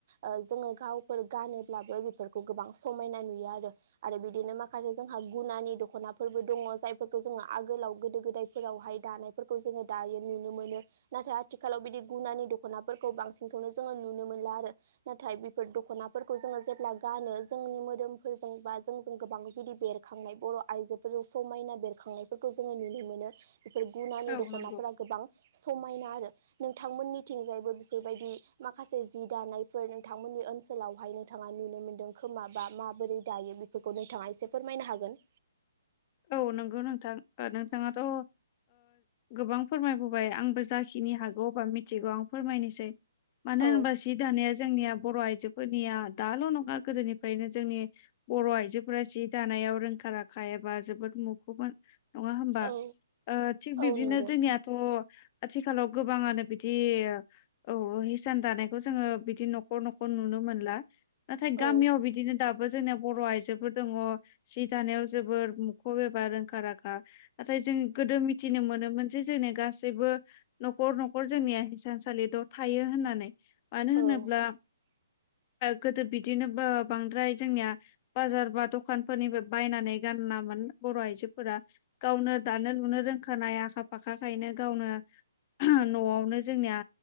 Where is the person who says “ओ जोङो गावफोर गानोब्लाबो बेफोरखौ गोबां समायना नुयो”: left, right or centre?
Right